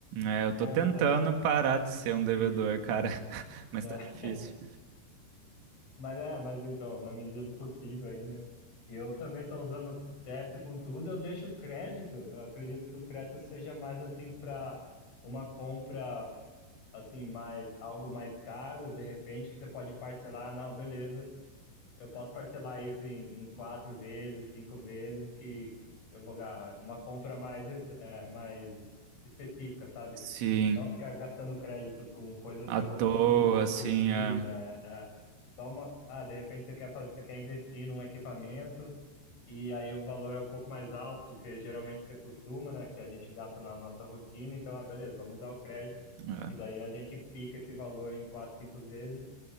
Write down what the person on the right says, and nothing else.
É, eu tô
tentando
parar de ser um devedor,
cara, <laughs> mas
tá difícil.
Sim,
à
toa,
assim,
é,
é,